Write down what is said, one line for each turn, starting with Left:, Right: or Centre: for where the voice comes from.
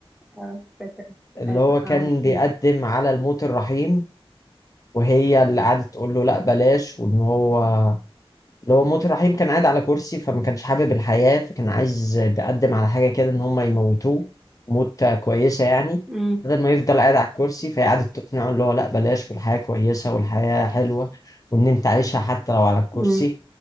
Centre: اه فاكر
Left: اللي
Centre: اه
Left: هو كان
Centre: عارفه
Left: بيقدم على الموت الرحيم وهي اللي قعدت تقول له لا بلاش وان هو اللي هو موت الرحيم كان قاعد على كرسي فما كانش حابب الحياة فكان عايز بيقدم على حاجة كده ان هم يموتوه موت كويسة يعني
Centre: امم
Left: بدل ما يفضل قاعد على الكرسي فهي قعدت تقنعه اللي هو لا بلاش والحياة كويسة والحياة حلوة وان انت عايشها حتى لو على الكرسي
Centre: امم